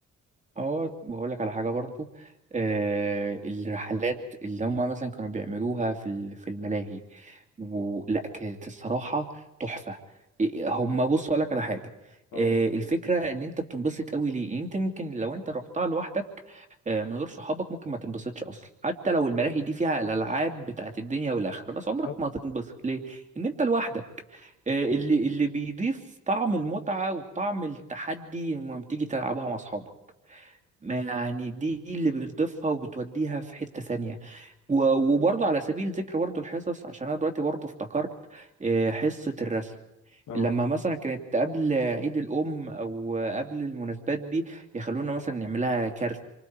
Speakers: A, on the right (about 25°); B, on the left (about 75°).
A: اه بقول لك على حاجه برضو آه الرحلات اللي هم مثلا كانوا بيعملوها في ال- في الملاهي ولا كانت الصراحه تحفه إيه، هم بص اقول لك على حاجه
B: اه
A: آه الفكره ان انت بتنبسط قوي ليه يعني انت ممكن لو انت رحتها لوحدك آه من غير صحابك ممكن ما تنبسطش اصلا حتى لو الملاهي دي فيها الالعاب بتاعت الدنيا والاخره بس
B: بالظبط
A: عمرك ما هتنبسط ليه ان انت لوحدك آه اللي اللي بيضيف طعم المتعه وطعم التحدي لما بتيجي تلعبها مع اصحابك ما يعني دي اللي بتضيفها وبتوديها في حتة ثانية و- وبرضه على سبيل ذكر برضه الحصص عشان انا دلوقتي برضه افتكرت آه، حصة الرسم
B: اه
A: لما مثلا كانت قبل عيد الأم أو قبل المناسبات دي يخلونا مثلا نعملها كارت